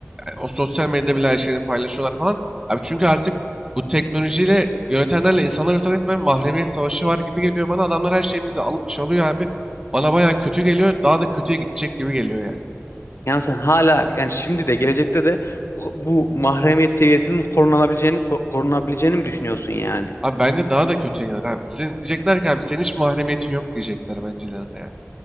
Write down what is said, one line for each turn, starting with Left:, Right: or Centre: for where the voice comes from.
Right: Yani o sosyal medyada bile her şeyini paylaşıyorlar falan. Abi çünkü artık bu teknolojiyle yönetenlerle insanlar arasında resmen mahremiyet savaşı var gibi geliyor bana. Adamlar her şeyimizi alıp çalıyor abi. Bana bayağı kötü geliyor. Daha da kötüye gidecek gibi geliyor yani.
Left: Yani sen hala yani şimdi de gelecekte de bu, bu mahremiyet seviyesinin korunabileceğini ko- korunabileceğini mi düşünüyorsun yani?
Right: Abi bence daha da kötüye gider abi. Bizim diyecekler ki abi senin hiç mahremiyetin yok diyecekler bence ileride yani.